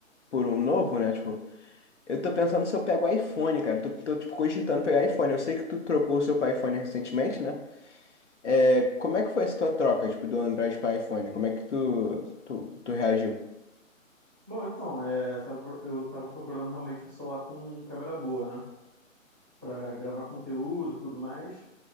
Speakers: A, on the left; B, on the right.
A: por um novo, né, tipo, eu tô pensando se eu pego o iPhone, cara, tô, tô, tipo, cogitando pegar iPhone, eu sei que tu trocou o seu pra iPhone recentemente, né, é, como é que foi essa tua troca, tipo, do Android pra iPhone, como é que tu, tu, tu reagiu?
B: Bom, então, é, eu tava pro- eu tava procurando realmente um celular com câmera boa, né? Pra gravar conteúdo e tudo mais.